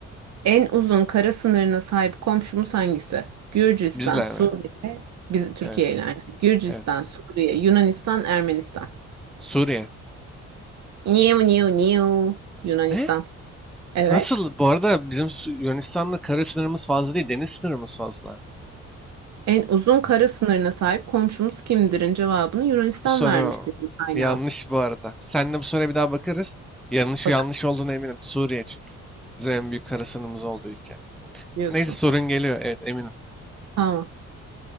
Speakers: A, on the right (about 65°); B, in the centre.
A: En uzun kara sınırına sahip komşumuz hangisi? Gürcistan,
B: Bizle
A: Suriye,
B: evet.
A: bizim Türkiye
B: Evet.
A: ile aynı. Gürcistan,
B: Evet.
A: Suriye, Yunanistan, Ermenistan.
B: Suriye.
A: Niu niu niu. Yunanistan.
B: Ne?
A: Evet.
B: Nasıl? Bu arada bizim Su- Yunanistan'la kara sınırımız fazla değil, deniz sınırımız fazla.
A: En uzun kara sınırına sahip komşumuz kimdir'in cevabını Yunanistan
B: Bu soru
A: vermiş benim kaynağım.
B: yanlış bu arada. Seninle bu soruya bir daha bakarız. Yanlış
A: Bakın
B: yanlış olduğuna eminim. Suriye çünkü. Bizim en büyük kara sınırımız olduğu ülke.
A: diyorsun.
B: Neyse sorun geliyor. Evet eminim.
A: Tamam.